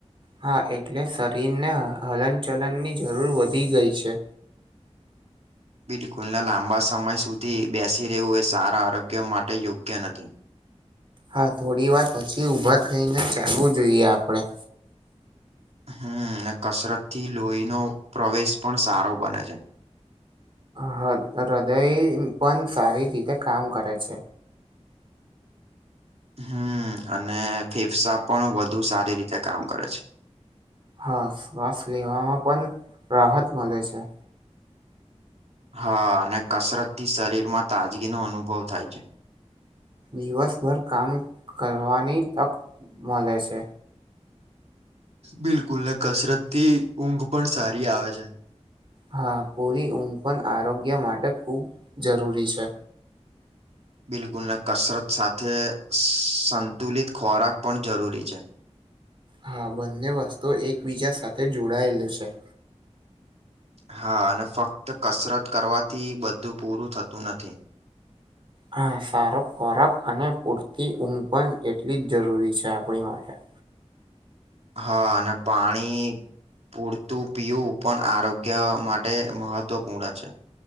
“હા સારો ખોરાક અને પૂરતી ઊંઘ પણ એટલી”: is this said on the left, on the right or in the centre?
Right